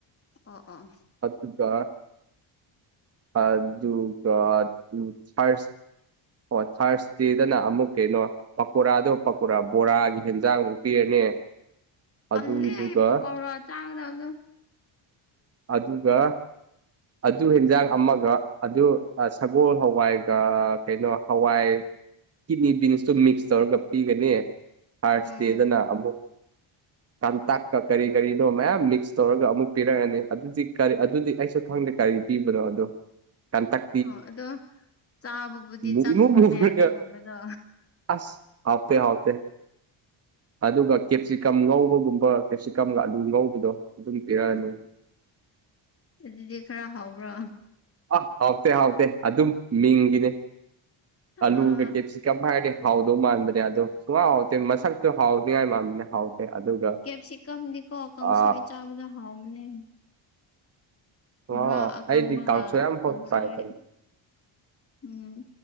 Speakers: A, on the left; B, on the right.
A: ꯑꯣ ꯑꯣ
B: ꯑꯗꯨꯒ ꯑ ꯗꯨ ꯒ ꯑꯗꯨ ꯊꯔꯁ ꯑꯣ ꯊꯥꯔꯁꯗꯦꯗꯅ ꯑꯃꯨꯛ ꯀꯩꯅꯣ ꯄꯀꯣꯔꯥꯗꯣ ꯄꯀꯣꯔꯥ ꯕꯣꯔꯥꯒꯤ ꯍꯦꯟꯖꯥꯡꯃꯨꯛ ꯄꯤꯔꯅꯤ ꯑꯗꯨꯗꯨꯒ
A: ꯇꯟꯂꯦ ꯑꯩ ꯄꯀꯧꯔ ꯆꯥꯒꯗꯕꯗꯣ
B: ꯑꯗꯨꯒ ꯑꯗꯨ ꯍꯦꯟꯖꯥꯡ ꯑꯃꯒ ꯑꯗꯨ ꯁꯒꯣꯜ ꯍꯋꯥꯏꯒ ꯀꯩꯅꯣ ꯍꯋꯥꯏ ꯀꯤꯠꯅꯤ ꯕꯤꯟꯁꯇꯨ ꯃꯤꯛꯁ ꯇꯧꯔꯒ ꯄꯤꯒꯅꯤ ꯊꯥꯔꯁꯗꯦꯗꯅ
A: ꯎꯝ
B: ꯑꯃꯨꯛ ꯀꯥꯟꯇꯛꯀ ꯀꯔꯤ ꯀꯔꯤꯅꯣ ꯃꯌꯥꯝ ꯃꯤꯛꯁ ꯇꯧꯔꯒ ꯑꯃꯨꯛ ꯄꯤꯔꯛꯑꯅꯤ ꯑꯗꯨꯗꯤ ꯀꯔꯤ ꯑꯗꯨꯗꯤ ꯑꯩꯁꯨ ꯈꯪꯗꯦ ꯀꯔꯤ ꯄꯤꯕꯅꯣ ꯑꯗꯣ ꯀꯟꯇꯛ
A: ꯑꯣ ꯑꯗꯣ ꯆꯥꯕꯕꯨꯗꯤ
B: ꯃꯨ
A: ꯆꯪꯕ꯭ꯔꯣꯅꯦ
B: ꯏꯃꯨ ꯃꯨꯔꯒ
A: ꯑꯗꯨꯒꯨꯝꯕꯗꯣ
B: ꯑꯁ ꯍꯥꯎꯇꯦ-ꯍꯥꯎꯇꯦ ꯑꯗꯨꯒ ꯀꯦꯞꯁꯤꯀꯝ ꯉꯧꯕꯒꯨꯝꯕ ꯀꯦꯞꯁꯤꯀꯝꯒ ꯑꯂꯨ ꯉꯧꯕꯗꯣ ꯑꯗꯨꯃ ꯄꯤꯔꯛꯑꯅꯤ
A: ꯎꯝ ꯑꯗꯨꯗꯤ ꯈꯔ ꯍꯥꯎꯕ꯭ꯔꯣ
B: ꯑ ꯍꯥꯎꯇꯦ-ꯍꯥꯎꯇꯦ ꯑꯗꯨꯝ ꯃꯤꯡꯒꯤꯅꯦ
A: ꯑꯥ
B: ꯑꯂꯨꯒ ꯀꯦꯞꯁꯤ ꯀꯝ ꯍꯥꯏꯗꯤ ꯍꯥꯎꯗꯧ ꯃꯥꯟꯕꯅꯦ ꯑꯗꯣ ꯁꯨꯛꯍꯥꯎ ꯍꯥꯎꯇꯦ ꯃꯁꯛ ꯨ ꯍꯥꯎꯗꯤꯉꯥꯏ ꯃꯥꯟꯕꯅꯦ ꯍꯥꯎꯇꯦ ꯑꯗꯨꯒ
A: ꯀꯦꯞꯁꯤꯀꯝꯗꯤꯀꯣ ꯀꯥꯡꯁꯣꯏ
B: ꯑ
A: ꯆꯥꯕꯗ ꯍꯥꯎꯕꯅꯦ
B: ꯁꯨꯡꯍꯥꯎ
A: ꯉꯥ
B: ꯍꯥꯎ
A: ꯑꯀꯪꯕꯒ
B: ꯑꯩꯗꯤ ꯀꯥꯡꯁꯣꯏ ꯑꯃꯐꯧ
A: ꯀꯥꯡꯁꯣꯏ
B: ꯇ꯭ꯔꯥꯏ ꯇꯧꯗꯦ
A: ꯎꯝ